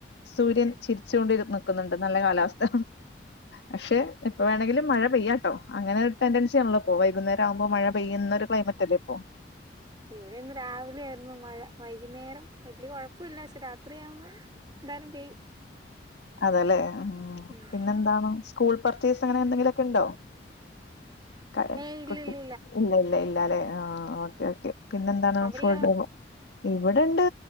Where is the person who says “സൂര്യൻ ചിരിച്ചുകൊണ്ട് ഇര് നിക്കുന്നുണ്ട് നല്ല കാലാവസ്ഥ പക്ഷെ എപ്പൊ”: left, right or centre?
Left